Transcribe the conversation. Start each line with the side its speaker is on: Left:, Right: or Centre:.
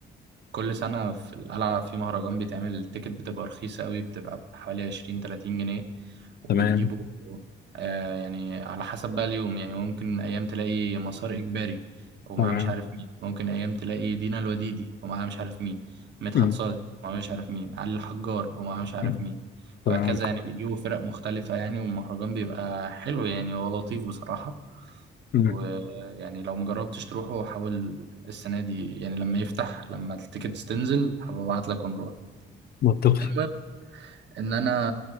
Right: كل سنة في القلعة في مهرجان بيتعمل التيكت بتبقى رخيصة قوي بتبقى بحوالي عشرين تلاتين جنيه وبيجيبوا
Left: تمام
Right: آه يعني على حسب بقى اليوم يعني ممكن أيام تلاقي مسار إجباري ومعاه
Left: تمام
Right: مش عارف مين ممكن أيام تلاقي دينا الوديدي ومعاه مش عارف مين مدحت
Left: مم.
Right: صالح ومعاه مش عارف مين علي الحجار ومعاه مش عارف
Left: مم.
Right: مين
Left: تمام
Right: وهكذا يعني بيجيبوا فرق مختلفة يعني والمهرجان بيبقى حلو يعني هو لطيف بصراحة
Left: مم.
Right: ويعني لو مجربتش تروحه حاول السنة دي يعني لما يفتح لما التيكتس تنزل هبعت لك ونروح
Left: منطقي
Right: المهم إن أنا